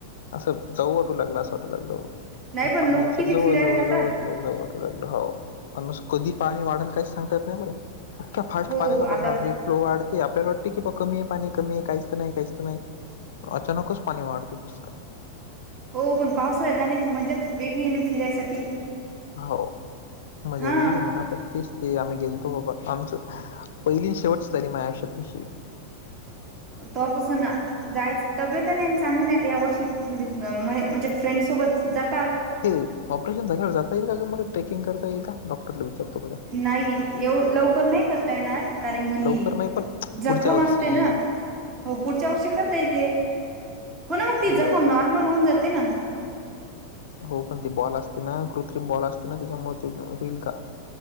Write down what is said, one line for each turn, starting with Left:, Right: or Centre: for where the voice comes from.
Left: असं जाऊ वाटू लागलं असं वाटायला लागलं
Right: नाही पण
Left: पाण्याच्या
Right: लोक किती
Left: जवळ
Right: फिरायला
Left: जवळ
Right: जातात.
Left: जवळ जवळ जाऊ वाट टू लागलं. हो पण असं कधी पाणी वाढल काहीच सांगता यात नाही बरं, इतक्या फास्ट
Right: हो
Left: पाण्याचा
Right: आता
Left: बहार ए. फ्लो वाढते. आपल्याला वाटते की, बा कमी ए पाणी कमी ए काहीच नाही काहीच नाही पण अचानकच पाणी वाढतय फुसकन.
Right: हो पण, पावसाळ्यात जाण्याची मज्जाच वेगळी ये ना फिरायसाठी.
Left: हो मजा
Right: हा
Left: वेगळीये म्हणा पण, तेच ते आम्ही गेलतो बाबा आमचं पहिली न शेवटची झाली माझ्या आयुष्यात अशी
Right: तव्हापासून ना जायच तब्यत नाही चांगली नाही तर या वर्षी म्हणजे म्हणजे फ्रेंड सोबत जात
Left: हे ऑपरेशन झाल्यावर जाता येईल का गं मला? टेकिंग करता येईल का? डॉक्टरला विचारतो.. बघा
Right: नाही येव लवकर नाही. रता येणार कारण की,
Left: लवकर नाही पण
Right: जखम
Left: पुढच्या वर्षी
Right: असते ना.. हो पुढच्या वर्षी करता येते. हो ना मग ती
Left: हो
Right: जखम
Left: यार
Right: नॉर्मल होऊन जाते ना.
Left: हो पण ती बॉल असते ना कृत्रिम बॉल असते ना त्याच्यामुळे होईल का?